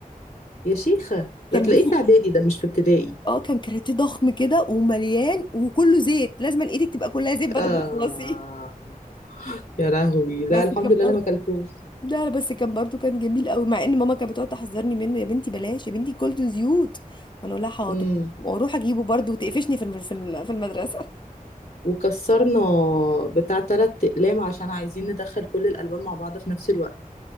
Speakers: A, on the left; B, on the left.
A: يا شيخه
B: كان
A: ده تلاقيه
B: بيسي
A: في اعدادي ده مش في ابتدائي
B: اه كان كاراتيه ضخم كده ومليان وكله زيت لازم ايدك تبقى كلها زيت بعد
A: اه
B: ما تخلصيه
A: يا لهوي لا
B: بس
A: الحمد
B: كان
A: لله
B: برضه
A: انا ما اكلتوش
B: ده بس كان برضه كان جميل قوي مع ان ماما كانت بتقعد تحذرني منه يا بنتي بلاش يا بنتي كولتون زيوت وانا اقول لها حاضر
A: امم
B: واروح اجيبه برضه وتقفشني في الم- في الم- في المدرسه <laughs>
A: وكسرنا بتاع تلات اقلام عشان عايزين ندخل كل الالوان مع بعض في نفس الوقت